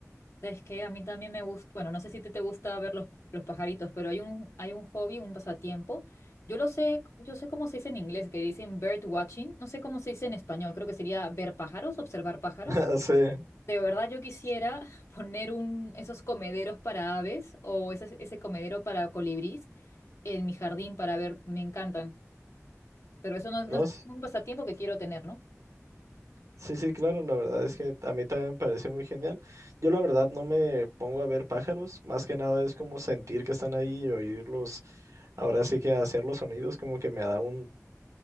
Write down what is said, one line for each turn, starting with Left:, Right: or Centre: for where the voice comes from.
Left: Es que a mí también me gusta, bueno, no sé si te, te gusta ver los, los pajaritos, pero hay un, hay un hobby, un pasatiempo. Yo lo sé, yo sé cómo se dice en inglés, que dicen bird watching, no sé cómo se dice en español, creo que sería ver pájaros, observar pájaros.
Right: <laughs> Sí,
Left: De verdad yo quisiera <laughs> poner un, esos comederos para aves o ese, ese comedero para colibrís en mi jardín para ver, me encantan. Pero eso no, es- no
Right: no,
Left: es
Right: s-
Left: un pasatiempo que quiero tener, ¿no?
Right: sí, sí, claro, la verdad es que a mí también me parece muy genial. Yo la verdad no me pongo a ver pájaros, más que nada es como sentir que están ahí y oírlos. Ahora sí que hacer los sonidos como que me da un,